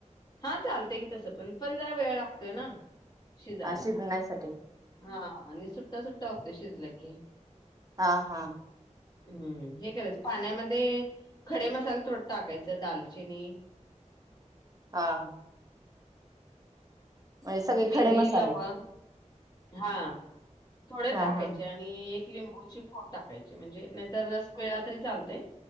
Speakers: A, on the left; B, on the right.
A: हा चालतंय की तसं पण पण जरा वेळ लागतोय ना शिजायला
B: हा शिजण्यासाठी
A: हा आणि सुट्टा सुट्टा होतोय शिजला की
B: हा हा.
A: हम्म हे करायचं पाण्यामध्ये खडे मसाला थोड टाकायचं दालचिनी
B: हा. म्हणजे सगळे
A: मिरी
B: खडे मसाले
A: लवंग हा. थोडे
B: हा
A: टाकायचे
B: हा
A: आणि लिंबूची फोड टाकायची म्हणजे नाहीतर रस पिळला तरी चालते